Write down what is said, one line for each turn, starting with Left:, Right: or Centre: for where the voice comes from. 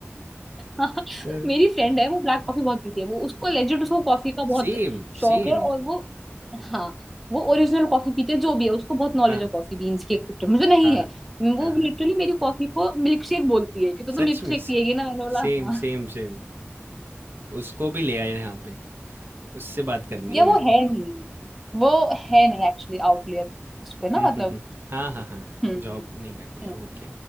Centre: हाँ,
Right: हाँ,
Centre: मेरी फ्रेंड है वो ब्लैक कॉफी बहुत पीती है वो उसको लेजिट उसको कॉफी का बहुत
Right: सेम
Centre: शौक
Right: सेम
Centre: है और वो हाँ वो ओरिजिनल कॉफी पीते हैं, जो भी है उसको बहुत नॉलेज
Right: हाँ
Centre: है कॉफी बीन्स की एक्सेप्ट मुझे नहीं
Right: हाँ
Centre: है
Right: हाँ
Centre: वो
Right: हाँ हाँ
Centre: लिटरली मेरी कॉफी को मिल्क शेक बोलती है कि तो, तो
Right: सच
Centre: मिल्क
Right: में
Centre: शेक
Right: से,
Centre: पिएगी ना मैंने बोला
Right: सेम
Centre: हाँ
Right: सेम सेम उसको भी ले आए यहाँ पे उससे बात करनी
Centre: ये
Right: है
Centre: वो
Right: मेरे
Centre: है
Right: को
Centre: नहीं वो है नहीं एक्चुअली आउटलेयर उस पे ना
Right: हम्म
Centre: मतलब
Right: हम्म हम्म हाँ हाँ हाँ
Centre: हम्म
Right: जॉब नहीं करती है
Centre: हम्म,
Right: ओके